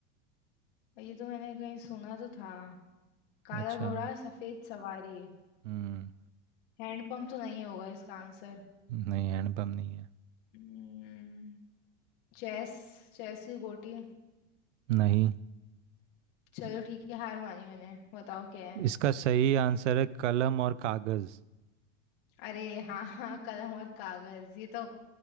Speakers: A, on the left; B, on the right.
A: ये तो मैंने कहीं सुना तो था काला
B: अच्छा
A: घोड़ा सफेद सवारी
B: हम्म
A: हैंडपंप तो नहीं होगा इसका आंसर
B: नहीं हैंडपम्प नहीं है
A: हम्म, चेस चेस की गोटी
B: नहीं
A: चलो ठीक है हार मानी मैंने बताओ क्या है
B: इसका सही आंसर है कलम और कागज
A: अरे हाँ हाँ कलम और कागज ये तो